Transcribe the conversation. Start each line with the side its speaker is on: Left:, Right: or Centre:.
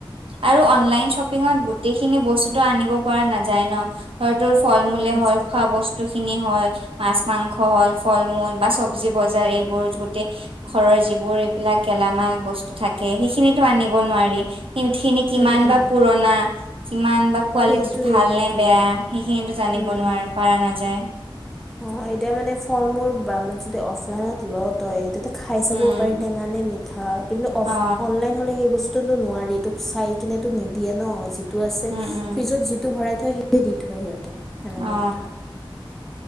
Right: আৰু অনলাইন শ্বপিংঙত গোটেইখিনি বস্তুটো আনিব পৰা নাযায় ন! <unintelligible> ফল-মূলে
Centre: নাজানো।
Right: হ'ল, খোৱা বস্তুখিনি হ'ল, মাছ মাংস হ'ল। ফল-মূল বা চব্জি বজাৰ এইবোৰ, গোটেই ঘৰৰ যিবোৰ। বিলাক গেলামাল বস্তু থাকে, সেইখিনিটো আনিব নোৱাৰি। সি খিনি। কিমান
Centre: উম, উম।
Right: বা পুৰণা। কিমান বা কোৱালিটি
Centre: সেইটোৱে
Right: ভাল
Centre: সেইটোৱে।
Right: নে বেয়া? সেইখিনিটো জানিব
Centre: উম,
Right: নোৱাৰ,
Centre: উম।
Right: পাৰা নাযায়।
Centre: অ', এতিয়া মানে ফল-মূল বা, মা, যদি অফলাইনত ল' তই এতিয়াটো। খাই চাবও
Right: উম
Centre: পাৰি টেঙা নে মিঠা। কিন্তু অফ,
Right: অ
Centre: অনলাইন হ'লে সেই বস্তু। স্তুটো নোৱাৰি। তোক চাই কিনেটো নিদিয়ে ন। যিটো আছে,
Right: উম উম
Centre: ফ্ৰিজত যি। টো ভৰাই থয়। সৈটো দি থয় সিহঁতে। সেনেকুৱা
Right: অ
Centre: কথা।